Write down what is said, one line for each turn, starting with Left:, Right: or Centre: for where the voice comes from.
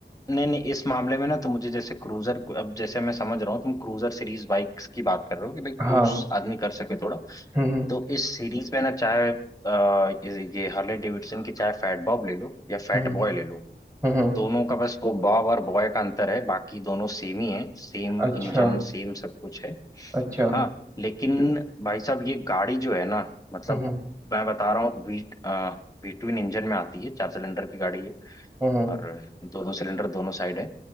Left: नहीं नहीं इस मामले में ना तो मुझे जैसे क्रूजर अब जैसे मैं समझ रहा हूँ तुम क्रूजर सीरीज बाइक्स की बात कर रहे हो कि भाई
Right: हाँ
Left: क्रूज आदमी कर सके थोड़ा
Right: हम्म
Left: तो इस सीरीज में ना चाहे अ, ये हार्ले डेविडसन की चाहे फैट बॉब ले लो या फैट
Right: हम्म हम्म
Left: बॉय ले लो
Right: हम्म हम्म,
Left: दोनों का बस वो बॉब और बॉय का अंतर है बाकी दोनों सेम ही है सेम
Right: अच्छा
Left: इंजन सेम सब कुछ है
Right: अच्छा
Left: हाँ लेकिन भाई साहब ये गाड़ी जो है ना मतलब
Right: हम्म हम्म
Left: मैं बता रहा हूँ वी वी ट्विन इंजन में आती है चार सिलेंडर की गाड़ी है
Right: हम्म
Left: और दो दो सिलेंडर दोनों साइड है